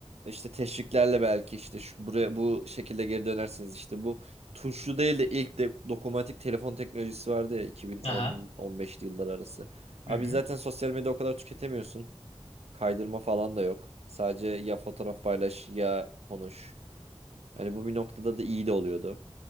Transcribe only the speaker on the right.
işte teşviklerle belki işte şu, buraya bu şekilde geri dönersiniz işte bu tuşlu değil de ilk de dokunmatik telefon teknolojisi vardı ya 2010-15'li
yıllar arası. Abi
zaten sosyal medya o kadar tüketemiyorsun. Kaydırma falan da yok. Sadece ya fotoğraf paylaş ya konuş. Hani bu bir noktada da iyi de oluyordu